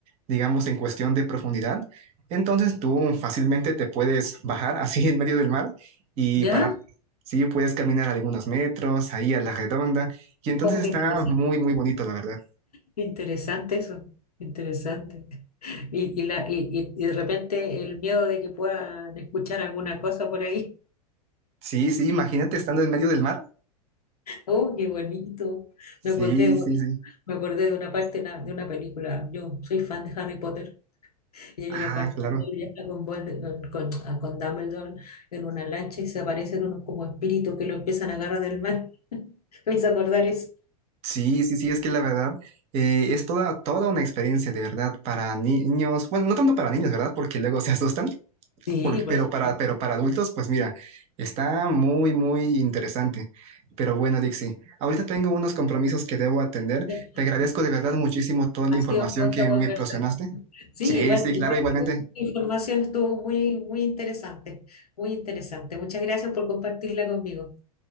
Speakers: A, on the right (about 30°); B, on the left (about 70°).
A: digamos en cuestión de profundidad. Entonces tú fácilmente te puedes bajar así en medio del mar y
B: ¿Ya?
A: parar. Sí, puedes caminar algunos metros ahí a la redonda y entonces
B: Oh,
A: está
B: qué interesante.
A: muy, muy bonito, la verdad.
B: Interesante eso. Interesante. Y, y la, y, y- y de repente el miedo de que puedan escuchar alguna cosa por ahí.
A: Sí, sí, imagínate estando en medio del mar.
B: Oh, qué bonito.
A: Sí,
B: Me acordé, de-
A: sí, sí.
B: me acordé de una parte de una, de una película. Yo soy fan de Harry Potter y hay
A: Ah,
B: una parte
A: claro.
B: donde él viaja con, Volde- con, con- a- con Dumbledore en una lancha y se aparecen unos como espíritus que lo empiezan a agarrar del mar. <laughs> ¿Me hizo acordar eso?
A: Sí, sí, sí, es que la verdad eh, es toda, toda una experiencia de verdad para ni- niños. Bueno, no tanto para niños, ¿verdad? Porque luego se asustan,
B: Sí,
A: Porque,
B: por
A: pero
B: supuesto.
A: para, pero para adultos, pues mira, está muy, muy interesante. Pero bueno, Dixie, ahorita tengo unos compromisos que debo atender.
B: Qué rico.
A: Te agradezco de verdad muchísimo toda la
B: Ha
A: información
B: sido un gusto
A: que
B: conversar.
A: me proporcionaste.
B: Sí,
A: Sí,
B: igual,
A: sí,
B: igual
A: claro, igualmente.
B: tu información estuvo muy, muy interesante, muy interesante. Muchas gracias por compartirla conmigo.